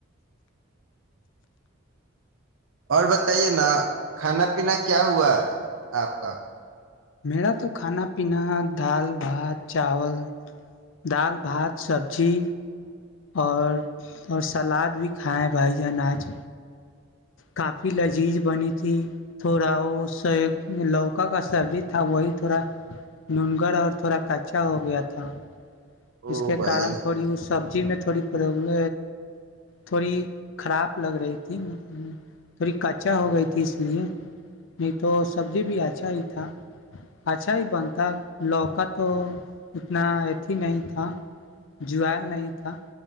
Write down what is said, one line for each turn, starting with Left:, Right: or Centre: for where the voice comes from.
Right: اور بتائیے نا کھانا پینا کیا ہوا ہے آپ کا
Left: میرا تو کھانا پینا دال بھات چاول دال بھات سبزی اور اور سلاد بھی کھائیں بھائی جانان آج کافی لذیذ بنی تھی تھوڑا وہ س لوکا کا سبزی تھا وہی تھوڑا ننگرڑ اور تھوڑا کچا ہو گیا تھا
Right: او
Left: اس کے
Right: بھائی
Left: کارن
Right: جان
Left: تھوڑی اس سبزی میں تھوڑی پرابلم تھوڑی خراب لگ رہی تھی تھوڑی کچا ہو گئی تھی اس لیے نہیں تو سبزی بھی اچھا ہی تھا اچھا ہی بنتا لوکا تو اتنا اتھی ہی نہیں تھا تھا جل نہیں تھا